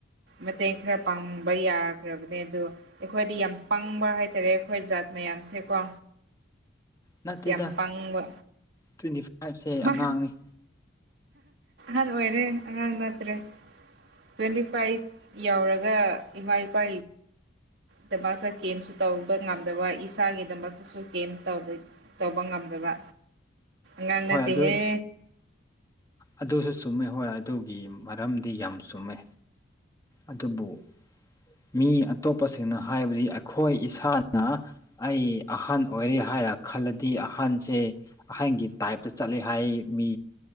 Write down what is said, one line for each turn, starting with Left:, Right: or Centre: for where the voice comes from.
Right: ꯃꯇꯦꯡ ꯈꯔ ꯄꯥꯡꯕ ꯌꯥꯈ꯭ꯔꯕꯅꯦ ꯑꯗꯣ ꯑꯩꯈꯣꯏꯗ ꯌꯥꯝ ꯄꯪꯕ ꯍꯥꯏꯇꯥꯔꯦ ꯑꯩꯈꯣꯏ ꯖꯥꯠ ꯃꯌꯥꯝꯁꯦꯀꯣ
Left: ꯅꯠꯇꯦꯗ
Right: ꯌꯥꯝ ꯄꯪꯕ
Left: ꯇ꯭ꯋꯦꯟꯇꯤ ꯐꯥꯏꯚꯁꯦ ꯑꯉꯥꯡꯅꯤ
Right: ꯑ ꯑꯣꯏꯣꯏꯔꯦ ꯑꯉꯥꯡ ꯃꯥꯠꯇ꯭ꯔꯦ ꯇ꯭ꯋꯦꯟꯇꯤ ꯐꯥꯏꯚ ꯌꯧꯔꯒ ꯏꯃꯥ ꯏꯄꯥ ꯗꯃꯛꯇ ꯀꯦꯝꯁꯨ ꯇꯧꯕ ꯉꯝꯗꯕ ꯏꯁꯥꯒꯤꯗꯃꯛꯇꯁꯨ ꯀꯦꯝ ꯇꯧꯕ ꯉꯝꯗꯕ ꯉꯗꯗꯤꯤꯍꯦ
Left: ꯍꯣꯏ ꯑꯗꯨ ꯑꯗꯨꯁꯨ ꯆꯨꯝꯃꯦ ꯍꯣꯏ ꯑꯗꯨꯒꯤ ꯃꯔꯝꯗꯤ ꯌꯥꯝ ꯆꯨꯝꯃꯦ ꯑꯗꯨꯕꯨ ꯃꯤ ꯑꯇꯣꯞꯄꯁꯤꯡꯅ ꯍꯥꯏꯕꯗꯤ ꯑꯩꯈꯣꯏ ꯏꯁꯥꯅ ꯑꯩ ꯑꯍꯟ ꯑꯣꯏꯔꯦ ꯍꯥꯏ ꯍꯥꯏꯔ ꯈꯜꯂꯗꯤ ꯑꯍꯟꯁꯦ ꯑꯍꯟꯒꯤ ꯇꯥꯏꯞꯇ ꯆꯠꯂꯦ ꯍꯥꯏ ꯃꯤ